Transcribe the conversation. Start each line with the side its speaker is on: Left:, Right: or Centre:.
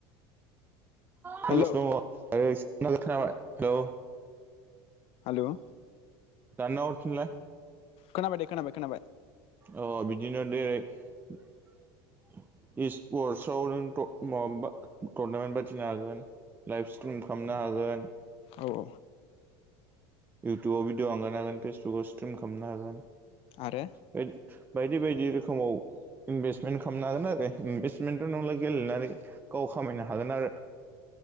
Right: हेलस
Left: हेल'
Right: दं‌ हाय‌ गायस खोनाबाय खोनाबाय औ
Left: हेल'
Right: दानना हरफिनलाय।
Left: खोनाबाय दे खोनाबाय खोनाबाय।
Right: ओ बिदिनो जेरै स्पर्टसआव माबा टरनामेन्ट बादिनो हागोन लाइभ स्ट्रिम खालामनो हागोन
Left: औ औ
Right: इउटुबाव भिडिअ आंगारनो हागोन फेसबुकाव स्ट्रिम खालामनो हागोन।
Left: आरो
Right: <inaudible> बायदि बायदि रोखोमाव इनभेस्टमेन्ट खालामनो हागोन आरो इनभेस्टमेन्टथ' नंला गेलेनानै गाव खामायनो हागोन आरो।